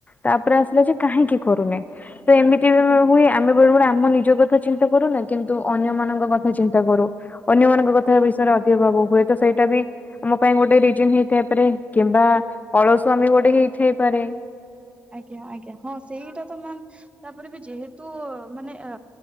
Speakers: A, on the left; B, on the right.
A: ତାପରେ ଆସିଲେ
B: ହୁଁ
A: ଯେ କାହିଁକି କରୁନେ ତ ଏମିତି
B: ଆଜ୍ଞା।
A: ହୁ ଆମେ ବେଳେ ବେଳେ ଆମ ନିଜ କଥା ଚିନ୍ତା କରୁନା କିନ୍ତୁ ଅନ୍ୟମାନଙ୍କ କଥା ଚିନ୍ତା କରୁ ଅନ୍ୟମାନ। ତୋ କଥା
B: ଆଜ୍ଞା
A: ବିଷୟରେ ଅଧିକ ଭା ବୋଉ କୁହେତ ସେଇ। ଟା ବି ମୋ ପାଇଁ ଗୋଟେ ରିଜିନ ହେଇଥାଇପାରେ କିମ୍ବା ଅଳସ ଆମେ ଗୋଟେ ହେଇଥାଇପାରେ।
B: ଆଜ୍ଞା ଆଜ୍ଞା ହଁ ସେଇଟା ତ ମ ମାମ। ତାପରେ ବି ଯେହେତୁ ମାନେ ଆ